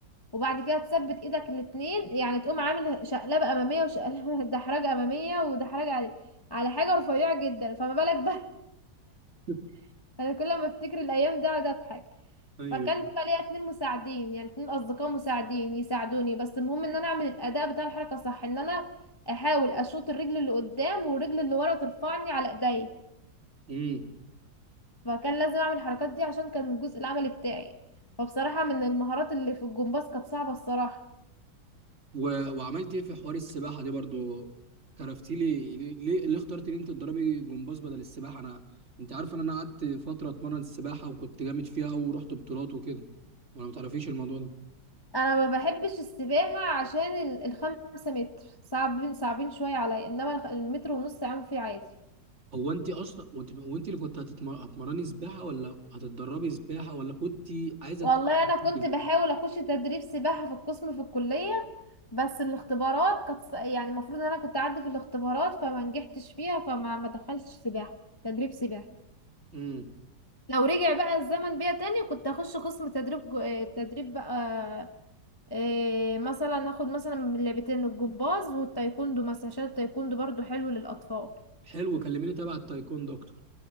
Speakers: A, on the left; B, on the right.
A: وبعد كده تثبت ايدك الاتنين يعني تقوم عامل شقلبة امامية وشقلبة <laughs> دحرجة امامية ودحرجة على على حاجة رفيعة جدا فما بالك بقى
B: <laughs>
A: <laughs> انا كل ما افتكر الايام دي اقعد اضحك
B: ايوه
A: فكان بيبقى ليا اتنين مساعدين يعني اتنين اصدقاء مساعدين يساعدوني بس المهم ان انا اعمل الاداء بتاع الحركة صح ان انا احاول اشوط الرجل اللي قدام والرجل اللي ورا ترفعني على ايديا
B: امم
A: فكان لازم اعمل الحركات دي عشان كان من الجزء العملي بتاعي فبصراحة من المهارات اللي في الجمباز كانت صعبة الصراحة
B: و... وعملت ايه في حوار السباحة دي برضو كرفتي لي ليه ليه ليه اخترت ان انت تدربي جمباز بدل السباحة انا انت عارف ان انا قعدت فترة اتمرن السباحة وكنت جامد فيها او رحت بطولات وكده ولا ما تعرفيش الموضوع ده
A: انا ما بحبش السباحة عشان ال- الخمسة متر صعبين صعبين شوية عليا انما الخ- المتر ونص عام فيه عادي
B: هو انت اصلا وانت وانت اللي كنت هتتمر... هتمرني سباحة ولا هتتدربي سباحة ولا كنت عايزة
A: والله انا
B: تتمرني؟
A: كنت بحاول اخش تدريب سباحة في القسم في الكلية بس الاختبارات كانت ص- يعني المفروض ان انا كنت اعدي في الاختبارات فما نجحتش فيها فما ما دخلتش سباحة تدريب سباحة
B: امم
A: لو رجع بقى الزمن بيا تاني كنت اخش قسم تدريب جو- آه، تدريب بقى إيه مثلا اخد مثلا من لعبتين الجمباز والتايكوندو مثلا عشان التايكوندو برضو حلو للاطفال
B: حلو كلميني تبع التايكوندو اكتر